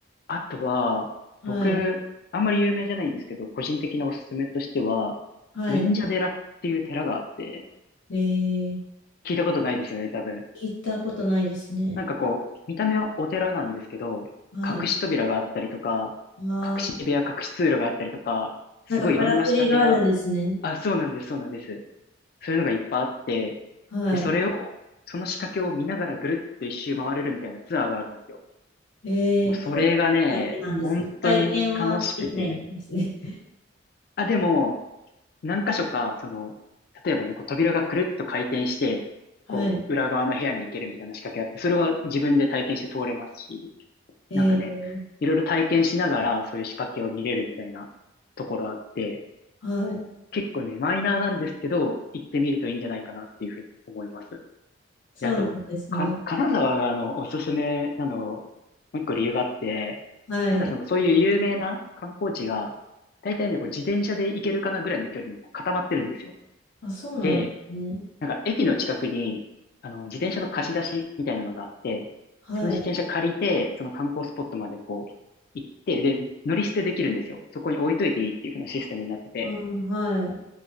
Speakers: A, on the left; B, on the left.
A: あとは、
B: はい。
A: 僕、あんまり有名じゃないんですけど、個人的なおすすめとしては、
B: はい。
A: 忍者寺っていう寺があって、
B: えー、
A: 聞いたことないですよね、多分。
B: 聞いたことないですね。
A: なんかこう、見た目はお寺なんですけど、
B: はい。
A: 隠し扉があったりとか、
B: あー、
A: 隠し部屋、隠し通路があったりとか、
B: なんかからくりがあるんですね。
A: すごいいろんな仕掛けが、あ、そうなんです、そうなんです。そういうのがいっぱいあって、
B: はい。
A: で、それを、その仕掛けを見ながらぐるっと一周回れるみたいなツアーがあるんですよ。
B: えー、
A: もうそれがね、
B: 一つだけなんですね。
A: 本当に楽しくて。
B: 体験はできないんですね。<laughs>
A: あ、でも、何箇所か、その、例えばね、こう扉がくるっと回転して、
B: はい。
A: こう、裏側の部屋に行けるみたいな仕掛けあって、それは自分で体験して通れますし、
B: えー、
A: なんかね、いろいろ体験しながら、そういう仕掛けを見れるみたいなところあって、
B: はい。
A: 結構ね、マイナーなんですけど、行ってみるといいんじゃないかなっていうふうに思います。
B: そうなんですね。
A: で、あと、か、金沢があの、おすすめなの、もう一個理由があって、
B: はい。
A: なんかその、そういう有名な観光地が、大体ね、こう自転車で行けるかなぐらいの距離にこう固まってるんですよ。
B: あ、そうなんですね。
A: で、なんか駅の近くに、あの、自転車の貸し出しみたいなのがあって、
B: はい。
A: その自転車借りて、その観光スポットまでこう、行って、で、乗り捨てできるんですよ。そこに置いといていいっていう風なシステムになってて、
B: あー、はい。